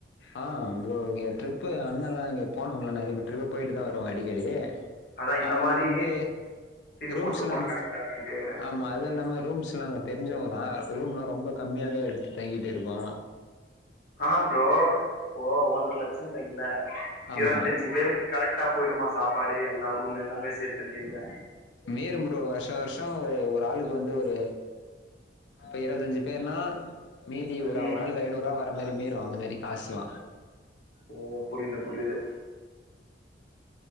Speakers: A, on the left; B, on the left.
A: ஆ ப்ரோ இங்க ட்ரிப்பு அண்ணல்லா இங்க போனவங்கலா நிறைய ட்ரிப்பு போய்ட்டு தா வருவாங்க அடிக்கடி
B: அதா இந்த
A: அவங்க
B: மாரி
A: வந்து
B: சீட்டு
A: ரூம்ஸ்லந்து
B: போட்டு போனா கரெக்டா இருக்கான்னு கேக்குறே
A: ஆமா அது இல்லாம ரூம்ஸ்லா அங்க தெரிஞ்சவங்கதா ரூம்லா ரொம்ப கம்மியாவே எடுத்து தங்கிட்டு இருப்போ
B: ஆ ப்ரோ இப்போ ஒன்ர லச்சோன்றீங்கல்ல
A: ஆமா
B: இருவத்தஞ்சி பேருக்கு கரெக்டா போய்டுமா சாப்பாடு எல்லா ரூம் எல்லாமே சேர்த்துன்னு கேக்குறே
A: மீறும் ப்ரோ வருஷோ வருஷோ ஒரு ஒரு ஆளுக்கு வந்து ஒரு இப்ப இருபத்தஞ்சு பேர்னா மீதி ஒரு
B: ம்
A: ஒரு ஆளுக்கு ஐநூரூவா வர மாரி மீறு அந்த மாரி காசுலா <inaudible>
B: ஓ புரியுது புரியுது